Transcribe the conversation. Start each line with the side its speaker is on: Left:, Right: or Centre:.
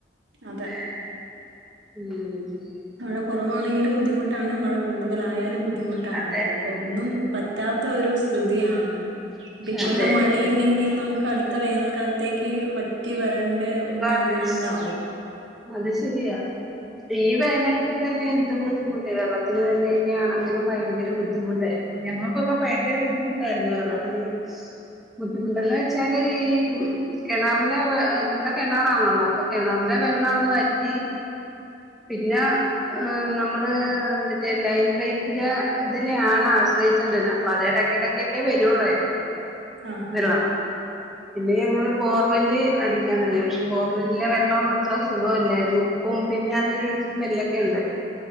Right: അതെ
Centre: ഉം
Right: മഴ കുറവാണെങ്കിലും ബുദ്ധിമുട്ടാണ് മഴ കൂടുതലായാലും ബുദ്ധിമുട്ടാണ്
Centre: അതെ
Right: അതിപ്പോ ഒന്നും പറ്റാത്ത ഒരു സ്ഥിതിയാണ് ഇപ്പ ഇ
Centre: അതെ
Right: കൊല്ലം മഴയില്ലെങ്കിൽ നമുക്ക്ടു ത്ത വേനൽ ക്കാല്ത്തേക്ക് വറ്റി വരണ്ട്
Centre: അപ്പൊ
Right: ഒന്നു
Centre: അത്
Right: ഇല്ലാണ്ടാവും.
Centre: അത് ശരിയാ. ഈ വേനല്ന് തന്നെ എന്തു ബുദ്ധിമുട്ട് വെള്ളത്തിന് തന്നെയെക്കൊയാണെങ്കിലും ഭയങ്കര ബു ദ്ധിമുട്ടായിര്ന്നു ഞങ്ങൾക്കൊക്കെ പയങ്കര ബുദ്ധിമുട്ടായിര്ന്നു <unintelligible> ബുദ്ധിമുട്ടന്ന് വെച്ചാല് ഈ കെണറ്ലെ ഇവിടെ കെണറാണല്ലോ അപ്പൊ കെണറ്ലെ. വെള്ളങ്ങ് വറ്റി. പിന്നെ. നമ്മള് മറ്റേ ലൈൻ പൈപ്പിലെ ഇതിനെയാണ് ആശ്രയിചോണ്ടിര്ന്ന അതെ എടക്ക എടക്കൊക്കെ വരോള്ളായിര്ന്നു
Right: ആഹ്
Centre: വെള്ളം.
Right: ആഹ്
Centre: പിന്നെ ഞങ്ങൾ ബോർവെല്ല് അടിക്കാൻ തുടങ്ങി പക്ഷേ ബോർവെല്ലിലെ വെള്ളം അത്ര സുഖല്ലായിര്ന്നു. ഉം പിന്നെ അതിനൊരു സ്മെല്ലൊക്കെ ഇണ്ട്.